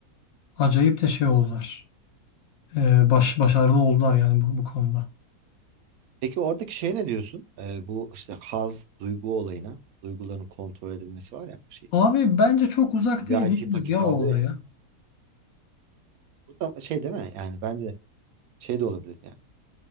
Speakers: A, on the left; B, on the right.
A: acayip de şey oldular. E, baş, başarılı oldular yani bu, bu konuda.
B: Peki oradaki şey ne diyorsun? E, bu işte haz duygu olayına duyguların kontrol edilmesi var ya bu şey.
A: Abi bence çok uzak
B: VIP
A: değil değiliz
B: paketi
A: ya o
B: alıyor
A: olaya.
B: ya. Bu da şey değil mi? Yani bence şey de olabilir yani.